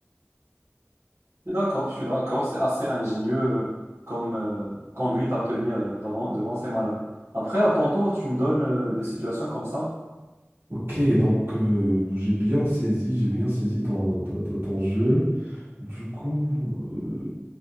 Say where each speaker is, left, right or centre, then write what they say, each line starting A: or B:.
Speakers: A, on the right; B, on the right.
A: Je suis d'accord, je suis d'accord. C'est assez ingénieux euh, comme euh, conduite à tenir euh, devant, devant ces malades. Après, à ton tour, tu me donnes euh, des situations comme ça.
B: Ok, donc euh, j'ai bien saisi, j'ai bien saisi ton, ton- ton- ton jeu. Du coup, euh,